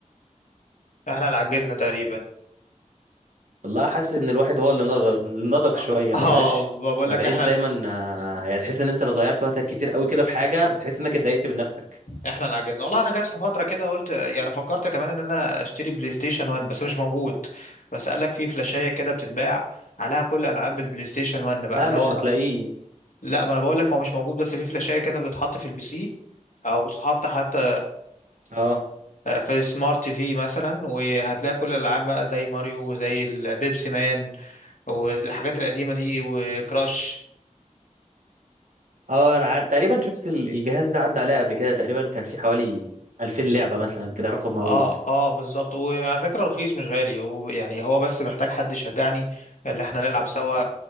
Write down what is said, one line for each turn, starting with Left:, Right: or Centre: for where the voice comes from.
Left: احنا اللي عجزنا تقريبا
Right: والله حاسس ان الواحد هو اللي نضج اللي نضج شويه
Left: <laughs> اه
Right: ما بقاش
Left: بقول
Right: ما
Left: لك
Right: بقاش
Left: احنا
Right: دايما آه، يعني تحس ان انت لو ضيعت وقتك كتير قوي كده في حاجه بتحس انك اتضايقت من نفسك
Left: احنا اللي عجزنا والله انا جت في فتره كده قلت يعني فكرت كمان ان انا اشتري بلاي ستيشن 1 بس مش موجود بس قال لك في فلاشايه كده بتتباع عليها كل العاب البلاي ستيشن 1 بقى
Right: لا
Left: اللي
Right: مش
Left: هو
Right: هتلاقيه
Left: لا ما انا بقول لك هو مش موجود بس في فلاشايه كده بتتحط في البي سي او بتتحط حتى
Right: اه
Left: آه، في سمارت تي في مثلا وهتلاقي كل الالعاب بقى زي ماريو وزي البيبسي مان والحاجات القديمه دي وكراش
Right: اه انا عاد تقريبا شفت ال- الجهاز ده عدى عليا قبل كده تقريبا كان في حوالي 2000 لعبة مثلا كده رقم مهول
Left: اه اه بالظبط وعلى فكره رخيص مش غالي ويعني هو بس محتاج حد يشجعني اللي احنا نلعب سوا